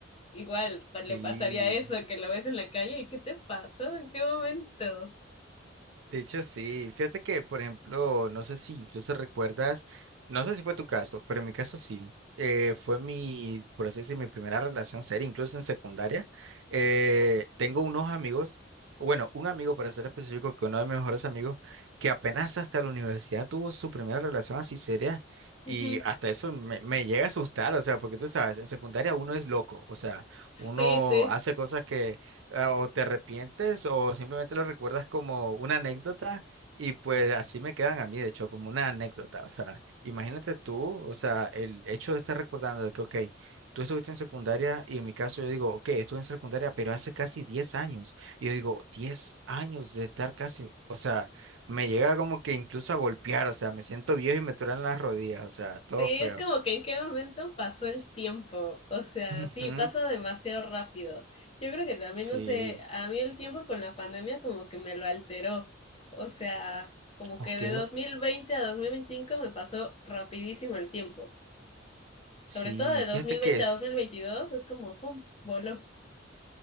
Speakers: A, on the left; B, on the right.
A: Igual pa-
B: Sí,
A: le pasaría eso, que lo ves en la calle y ¿qué te pasó? ¿En qué momento?
B: De hecho, sí. Fíjate que, por ejemplo, no sé si incluso recuerdas, no sé si fue tu caso, pero en mi caso sí. Eh, fue mi, por así decir, mi primera relación seria, incluso en secundaria. Eh, tengo unos amigos, o bueno, un amigo para ser específico, que uno de mis mejores amigos, que apenas hasta la universidad tuvo su primera relación así seria. Y
A: Ujú.
B: hasta eso me, me llega a asustar, o sea, porque tú sabes, en secundaria uno es loco, o sea,
A: Sí,
B: uno
A: sí.
B: hace cosas ah, o te arrepientes o simplemente lo recuerdas como una anécdota y pues así me quedan a mí, de hecho, como una anécdota. O sea, imagínate tú, o sea, el hecho de estar recordando de que, ok, tú estuviste en secundaria y en mi caso yo digo, ok, estuve en secundaria, pero hace casi 10 años. Y yo digo, 10 años de estar casi, o sea, me llega como que incluso a golpear, o sea, me siento viejo y me truenan las rodillas, o sea, todo
A: Sí,
B: feo.
A: es como que en qué momento pasó el tiempo. O sea,
B: <laughs>
A: sí,
B: Ujú,
A: pasa demasiado rápido. Yo creo que también,
B: Sí,
A: no sé, a mí el tiempo con la pandemia como que me lo alteró. O sea, como
B: ok.
A: que de 2020 a 2025 me pasó rapidísimo el tiempo.
B: Sí,
A: Sobre todo de dos
B: fíjate
A: mil
B: que
A: veinte
B: es.
A: a dos mil veintidós es como, ¡fum! Voló.